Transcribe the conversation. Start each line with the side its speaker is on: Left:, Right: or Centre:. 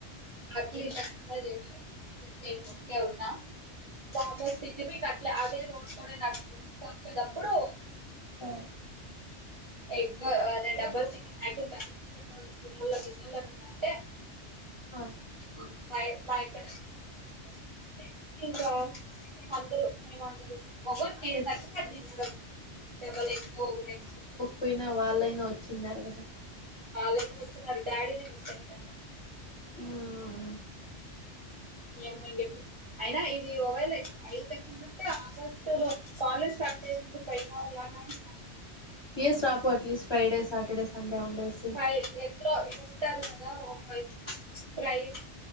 Right: అట్లీస్ట్ అదన్న చేశా అందుకే ముందె ఉన్నా వామ్మో <unintelligible> అట్లా అదే రోడ్ ల నేన్ నడుచుకుంటా వచ్చేటప్పుడు
Left: ఆ
Right: ఎగ్ అదే డబల్ చికెన్ ఎగ్ <unintelligible> తినల తినల అని ఉందంటే
Left: ఆ
Right: ఉ పై మా యక్కడ మర్చిపోయిన చూడు అ ఇంకా మేమందరూ మేమందరూ ఒకేరు కి ఏది
Left: ఎట్
Right: నచ్చతే అది తీసుకురా డబల్ ఎగ్ ఒకరు ఎగ్
Left: పోయినా వాళ్ళైనా వచ్చినారు కదా
Right: అలానే వచ్చినారు డాడీని మిస్ ఐతన్న
Left: ఊమ్
Right: ఏమో ఇంగ ఎప్పుడు అయినా ఇది ఓవైల ఐతే అప్ ఎందుంటే ఆగస్టు లో కాలేజ్ స్టార్ట్ అయ్యే ముందు పై రావాల అని అడిగి
Left: పీస్ రాపో అట్లీస్ట్ ఫ్రైడే సాటర్డే సండే ఉండేసి
Right: ఫ్రై ఎట్లో ఇగ ఉంటాది కదా ఒక పై స్ప్రైట్